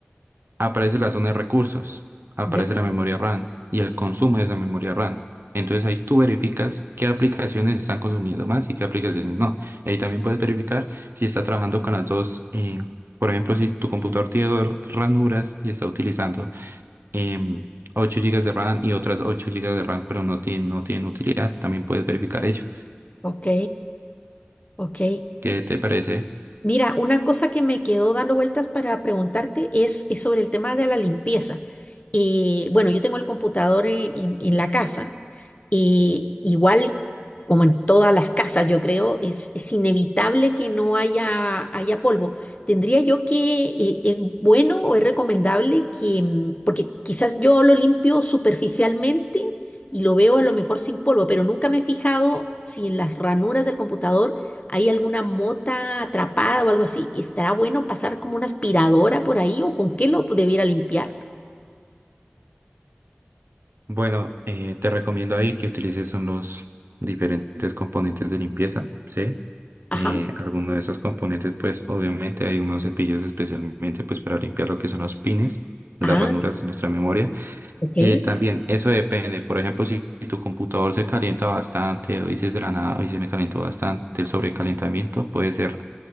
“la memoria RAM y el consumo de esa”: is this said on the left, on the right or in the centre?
Right